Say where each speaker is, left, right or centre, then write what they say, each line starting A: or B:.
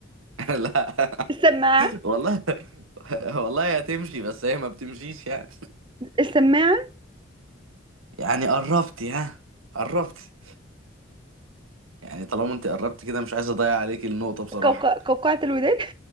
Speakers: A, on the right; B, on the right.
A: <laughs> لا
B: السماعة
A: والله <laughs> والله هتمشي بس هي ما بتمشيش يعني
B: السماعة
A: يعني قربتي ها قربتي يعني طالما انت قربتي كده مش عايز اضيع عليك النقطة بصراحة
B: قوقعة قوقعة الودان